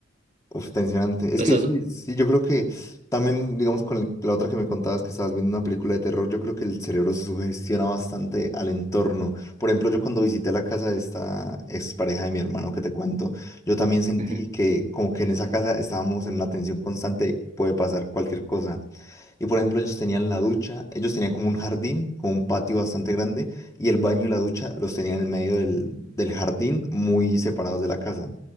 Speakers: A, on the left; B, on the right.
A: Uf, tensionante. Es
B: Pues
A: que
B: Eso
A: sí, sí, yo creo que también, digamos, con el- la otra que me contabas que estabas viendo una película de terror, yo creo que el cerebro se sugestiona bastante al entorno. Por ejemplo, yo cuando visité la casa de esta expareja de mi hermano que te cuento, yo también sentí
B: es...
A: que
B: <laughs>
A: como que en esa casa estábamos en una tensión constante, de puede pasar cualquier cosa. Y por ejemplo, ellos tenían la ducha, ellos tenían como un jardín, como un patio bastante grande, y el baño y la ducha los tenían en medio del, del jardín, muy separados de la casa.